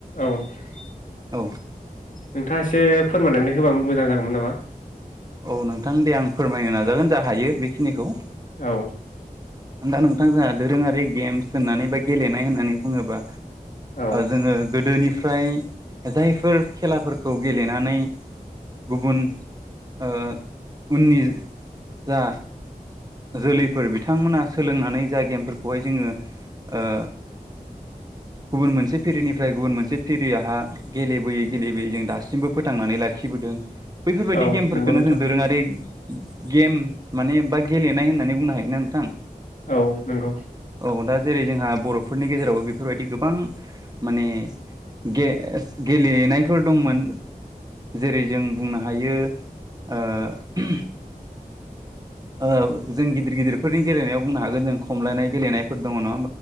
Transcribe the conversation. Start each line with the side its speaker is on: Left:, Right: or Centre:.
Left: औ नोंथाङा
Right: औ
Left: एसे फोरमायनानै होबा मोजां जागौमोन नामा
Right: औ नोंथां दे आं फोरमायनो नाजागोन जा हायो बेखिनिखौ
Left: औ
Right: आं दा नोंथां जोंहा दोरोङारि गेम्स होननानै बा गेलेनाय होननानै बुङोबा
Left: औ
Right: जोङो गोदोनिफ्राय जाय फोर खेलाफोरखौ गेलेनानै गुबुन ओ उननि जा जोलैफोर बिथांमोना सोलोंनानै जा गेमफोरखौहाय जोङो ओ
Left: <unintelligible>
Right: गुबुन मोनसे फिरिनिफ्राय गुबुन मोनसे फिरियहा गेलेबोयै गेलेबोयै जों दासिमबो फोथांनानै ला लाखिबोदों बैफोरबायदि
Left: औ
Right: गेमफोरखौननो
Left: नंगौ नोंथां
Right: जों दोरोङारि गेम माने बा गेलेनाय होननानै बुंनो हायोना नोंथां
Left: औ नंगौ
Right: अ दा जेरै जोंहा बर'फोरनि गेजेरावबो बेफोरबायदि गोबां माने गेस गेलेनायफोर दंमोन जेरै जों बुंनो हायो ओ <unintelligible> ओ जों गिदिर गिदिरफोरनि गेलेनायाव बुंनो हागोन जों खमलायनाय गेलेनायफोर दङ' नङा होम